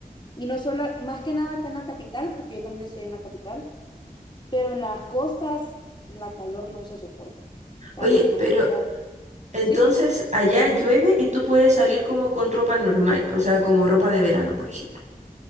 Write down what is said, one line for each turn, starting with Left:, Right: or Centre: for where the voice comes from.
Left: Y no solo, más que nada acá en la capital, porque yo también estoy en la capital, pero en las costas la calor no se soporta. O sea,
Right: Oye,
Left: la mayoría,
Right: pero Entonces,
Left: ¿sí?
Right: allá llueve y tú puedes salir como con ropa normal, o sea, como ropa de verano, por ejemplo.